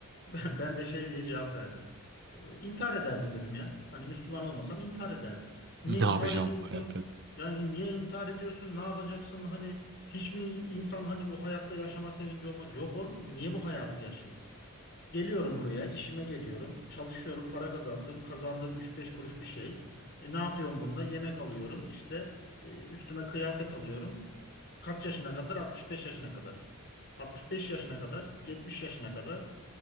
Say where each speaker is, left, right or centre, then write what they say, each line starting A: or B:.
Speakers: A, on the left; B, on the right.
A: Ben, ben de şey diye cevap verdim. Ee, İntihar ederdim dedim ya. Hani Müslüman olmasam intihar ederdim. Niye
B: Ne
A: intihar
B: yapacağım
A: ediyorsun?
B: bu hayatta?
A: Yani niye intihar ediyorsun? Ne yapacaksın? Hani hiç mi insan hani bu hayatta yaşama sevinci olmaz? Yok oğlum niye bu hayatı yaşayayım? Geliyorum buraya, işime geliyorum. Çalışıyorum, para kazandım. Kazandığım üç beş kuruş bir şey. E, ne yapıyorum bununla? Yemek alıyorum. İşte e, üstüme kıyafet alıyorum. Kaç yaşına kadar? 65 yaşına kadar. 65 yaşına kadar, 70 yaşına kadar